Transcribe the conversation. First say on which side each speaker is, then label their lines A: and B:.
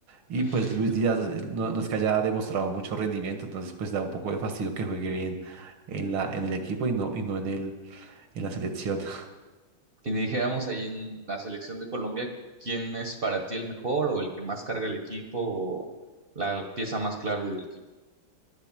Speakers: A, on the right (about 80°); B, on the right (about 35°).
A: Y
B: <laughs>
A: pues Luis Díaz eh, no, no es que haya demostrado mucho rendimiento, entonces pues da un poco de fastidio que juegue bien en la, en el equipo y no, y no en el, en la selección. <laughs>
B: Y dijéramos ahí en la selección de Colombia, ¿quién es para ti el mejor o el que más carga el equipo o la pieza más clave del equipo?